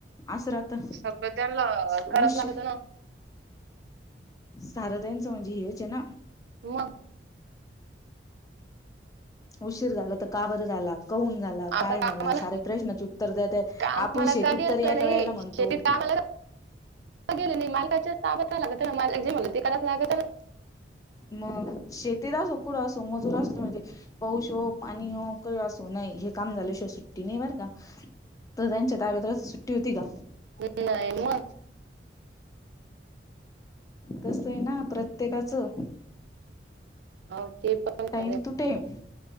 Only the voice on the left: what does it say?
असं राहत.
उशीर
सारा त्यांचा म्हणजे हेच आहे ना.
उशीर झाला तर का बरं झाला कौन झा ला काय
झाला सारे प्रश्नाचे उत्तर देते
आपण शेतीत
तरी एका
वेळेला म्हणतो.
म शतीत असो कुडं असो मजूर असतो म्हणजे पाऊस हो पाणी हो काही असो नाही हे काम झाल्याशिवाय सुट्टी नाही बरं का? तर त्यांच्या ताब्यातळस सुट्टी होती का?
तसं आहे ना प्रत्येकाचं.
टाईम
तू टईम